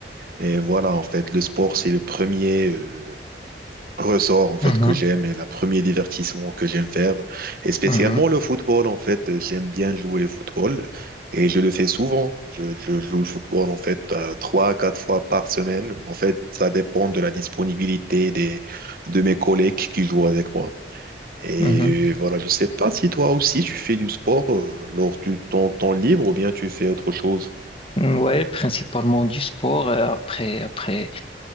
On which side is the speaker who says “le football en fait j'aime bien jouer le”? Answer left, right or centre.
Right